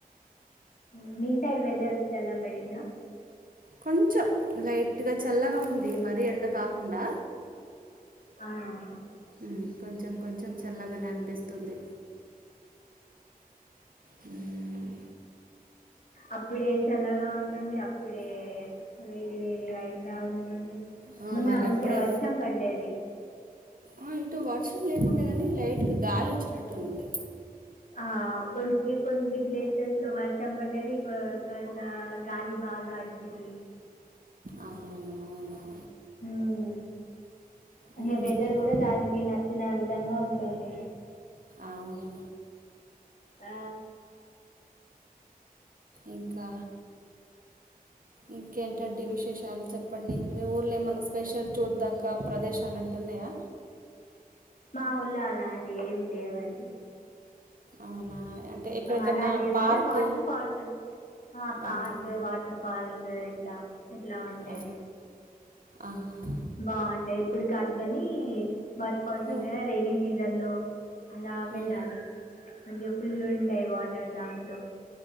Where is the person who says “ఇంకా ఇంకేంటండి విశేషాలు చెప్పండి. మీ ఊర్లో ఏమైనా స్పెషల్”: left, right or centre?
Right